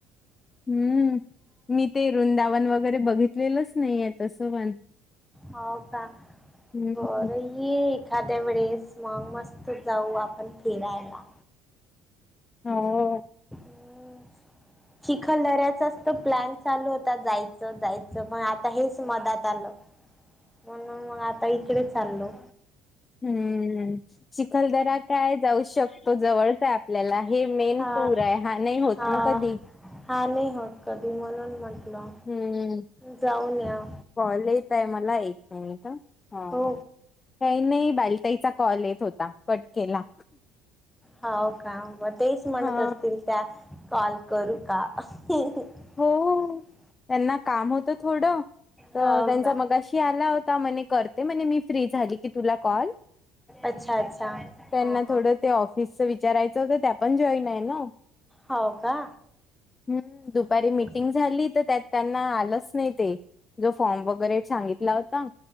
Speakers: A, on the left (about 20°); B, in the centre.
A: हम्म, मी ते वृंदावन वगैरे बघितलेलंच नाही आहे तसं पण
B: हो का
A: हम्म.
B: बर ये एखाद्या वेळेस स्ॉग मस्त जाऊ आपण फिरायला.
A: हो.......
B: ह.. शिखलऱ्याचाच तर प्लॅन चालू होता जायचं जायचं पण आता हेच मदात आलं. म्हणून मग आता इकडे चाललो...
A: हम्म शिखलदरा काय जाऊ शकतो जवळचा. आपल्याला हे मेन
B: हा
A: टूर आहे हा नाही होत
B: हा
A: ना कधी?
B: हा नाही होत कधी म्हणून म्हटलं
A: हम्म.
B: जाऊन या.
A: कॉल येत आहे मला एक मिनिट ह.
B: हो
A: काही नाही बालतााईचा कॉल येत होता कट, केला
B: हो का म तेच म्हणत
A: हा.
B: असतील त्या कॉल करू का? घ
A: हो. त्यांना काम होतं थोडं तर
B: हो
A: त्यांचा
B: का
A: मगाशी आला होता म्हणे, म्हणज मी फ्री झाली क तु क
B: अच्छा अच्छा
A: त्यांना
B: हा हा
A: थोड, ते ऑफिसच विचारायचं होत त्या पण जॉईन आहे ना.....
B: हो का
A: हम्म दुख!
B: अच्छा
A: मीटिंग झाली तर त्यात त्यांना आलंच नाही ते? जो फॉर्म वगैरे सांगितला होता.